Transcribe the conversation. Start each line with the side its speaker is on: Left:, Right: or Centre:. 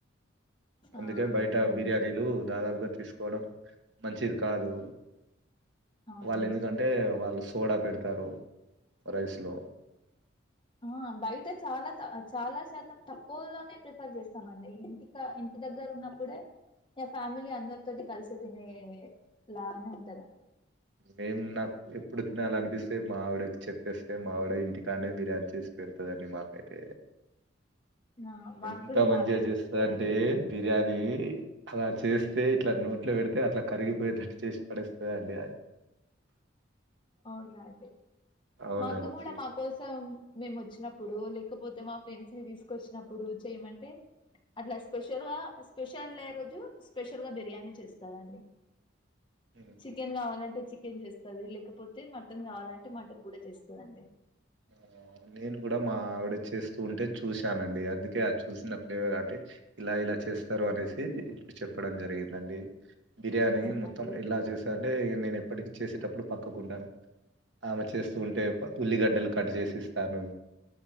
Left: ఆ
Right: అందుకే బయట
Left: అవునండి
Right: బిర్యానీలు దాదాపుగా తీసుకోవడం మంచిది కాదు
Left: అవునండి
Right: వాళ్ళు ఎందుకంటే వాళ్ళు చోడా పెడతారు రైస్ లో
Left: ఆ బయట చాలా చాలా శాతం తక్కువలోనే ప్రిఫర్ చేస్తామండి ఇంటి ఇంకా ఇంటి దగ్గర ఉన్నప్పుడే నా ఫ్యామిలీ అందరితోటి కలిసి తినే లాగానే ఉంటదండి
Right: మేము నాకు ఎప్పుడు తినాలనిపిస్తే మా ఆవిడ చెప్పేస్తే మావిడ ఇంటికానే బిర్యానీ చేసి పెడుతుందిండి మాకైతే
Left: ఆ మాకు
Right: ఎంత
Left: కూడా
Right: మంచిగా
Left: మా అక్క
Right: చేస్తుందింటే
Left: చేస్తదండి
Right: బిర్యానీ అలా చేస్త ఇట్లా నోట్లో పెడితే అట్లా కరిగిపోయేటట్టు చేసి పడేస్తది అండి
Left: అవునండి
Right: అవునండి.
Left: మా అక్క కూడా మా కోసం మేము వచ్చినప్పుడు లేకపోతే మా ఫ్రెండ్స్ ని తీసుకొచ్చినప్పుడు చేయమంటే అట్లా స్పెషల్ గా స్పెషల్ స్పెషల్ డే రోజు స్పెషల్ గా బిర్యానీ అని చేస్తారంండి
Right: హ్మ్.
Left: చికెన్ కావాలంటే చికె ఎం చేస్తది లేకపోతే అే మటన్ కావాలంటే మటన్ కూడా చేస్తుందండి
Right: ఆ నేను కూడా మా ఆవిడ చేస్తూ ఉంటే చూశానండి అందుకే ఆ చూసిన ఫ్లేవర్ అంటే ఇలా ఇలా చేస్తారు అనేసి ఇప్పుడు చెప్పడం జరిగిందండి బిర్యానీ
Left: అవునండి
Right: మొత్తం ఇలా చేశా అంటే ఇ నేను ఇప్పటి చేసేటప్పుడు పక్కకుంటాను ఆమె చేస్తూ ఉంటే ఉల్లిగడ్డలకు కట్ చేసిస్తాను